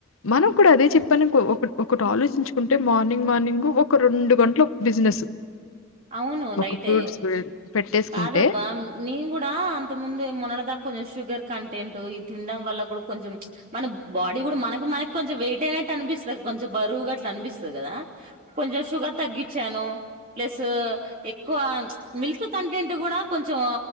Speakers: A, on the left; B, on the right.
A: మనం కూడా అదే చెప్పాను ఒకటి ఆలోచించ కుంటే మార్నింగ్ మార్నింగ్ ఒక రెండు గంటలు బిజినెస్.
B: అవును
A: ఒక
B: నైటె
A: ఫ్రూట్స్ పెట్టేసుకుంటే
B: కాదబ్బా నేన్ కూడా అంత ముందె మొనడదాక కొంచం షుగర్ కంటెంట్ ఇద్ తినడం వల్ల కూడా కొంచెం ప్చ్ మన బాడీ గుడా మనకు మనకి కొంచెం వెయిట్ అయినట్టు అనిపిస్తది. కొంచెం బరువుగా అట్లా అనిపిస్తది కదా కొంచెం షుగర్ తగ్గించాను ప్లస్ తూ ఎక్కువ ప్చ్ మిల్క్ కంటెంట్ కూడా కొంచెం